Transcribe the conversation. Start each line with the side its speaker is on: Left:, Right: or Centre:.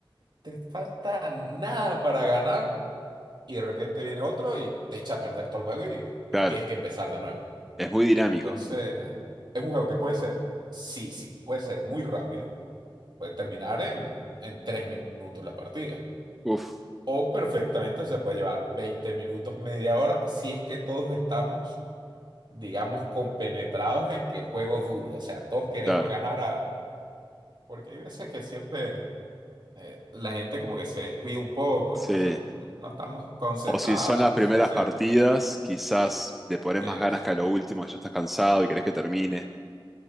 Right: te falta nada para ganar y de repente viene otro y te echa a perder todo el juego y y
Centre: claro,
Right: tienes que empezar de nuevo.
Centre: es muy dinámico,
Right: Entonces, es un juego que puede ser, sí, sí, puede ser muy rápido, puede terminar en, en tres minutos la partida.
Centre: uf,
Right: O perfectamente se puede llevar 20 minutos, media hora, si es que todos estamos, digamos, compenetrados en que el juego dure. O sea, todos queremos
Centre: claro,
Right: ganar a... Porque hay veces que siempre eh, la gente como que se descuida un poco,
Centre: sí.
Right: entonces no estamos concentrados,
Centre: O si son las
Right: entonces
Centre: primeras
Right: se hace...
Centre: partidas, quizás le pones
Right: es
Centre: más ganas que a lo último, que ya estás cansado y querés que termine.